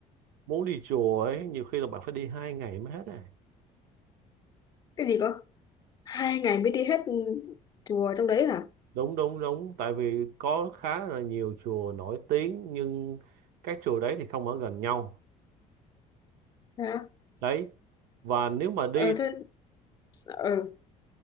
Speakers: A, on the right; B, on the left.
A: muốn đi chùa ấy nhiều khi là bạn phải đi hai ngày mới hết à
B: Cái gì cơ? Hai ngày mới đi hết ừ, chùa trong đấy hả?
A: đúng đúng đúng tại vì có khá là nhiều chùa nổi tiếng nhưng các chùa đấy thì không ở gần nhau
B: Hả?
A: đấy và nếu mà đi
B: Ờ thế ờ